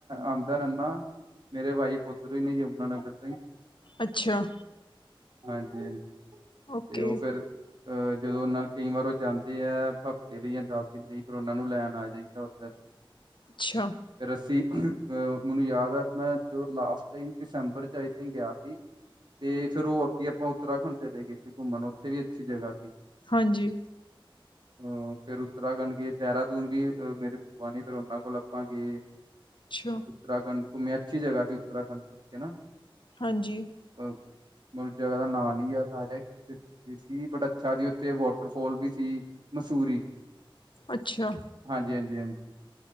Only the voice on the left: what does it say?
ਅੱਛਾ।
ਓਕੇ
ਅੱਛਾ।
ਹਾਂਜੀ।
ਅੱਛਾ।
ਹਾਂਜੀ।
ਅੱਛਾ।